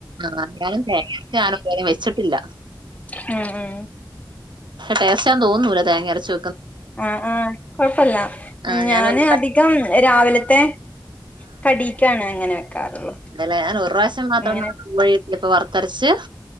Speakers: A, on the right; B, on the left.
A: ആ ഞാൻ തെങ്ങാരച്ചാ <unintelligible> ഇതുവരെ വെച്ചിട്ടില്ല
B: മ്മ് മ്മ്
A: ടേസ്റ്റാന്ന് തോന്നൂല തേങ്ങാരച്ച്
B: ആ ആ കൊഴപ്പല്ല
A: ആ
B: ഞാന്
A: ഞാൻ ഒരു പ്രാ-
B: അധികം രാവിലത്തെ കടിക്കാണ് അങ്ങനെ വെക്കാറുള്ളു
A: അല്ല ഞാൻ ഒരു റാശ്യം മാത്രം
B: ഇങ്ങനെ
A: <unintelligible> പ്പ വറത്തരച്ച്